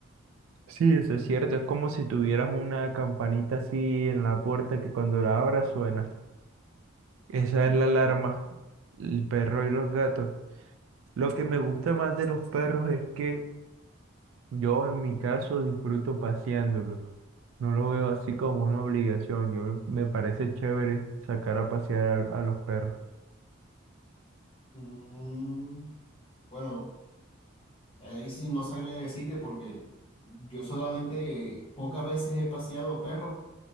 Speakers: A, on the right; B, on the left.
A: Sí, eso es cierto. Es como si tuvieras una campanita así en la puerta que cuando la abras suena. Esa
B: Va-
A: es la alarma. El perro y los gatos. Lo que me gusta más de los perros es que yo en mi caso disfruto paseándolos. No lo veo así como una obligación. Yo me me parece chévere sacar a pasear a, a los perros.
B: Mm, bueno. Ahí sí no sabía decirte porque yo solamente pocas veces he paseado perros,